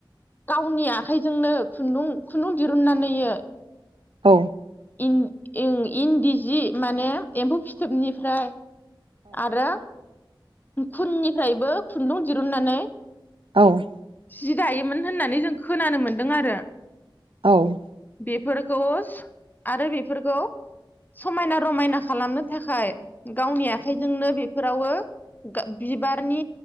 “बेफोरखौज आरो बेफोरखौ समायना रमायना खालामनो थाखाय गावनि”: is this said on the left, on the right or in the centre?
Left